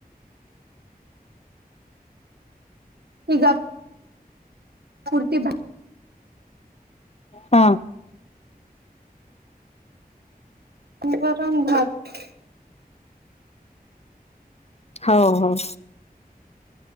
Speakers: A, on the right (about 85°); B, on the left (about 40°).
A: <unintelligible> <unintelligible>
B: हां.
A: वरणभात.
B: हाव हाव.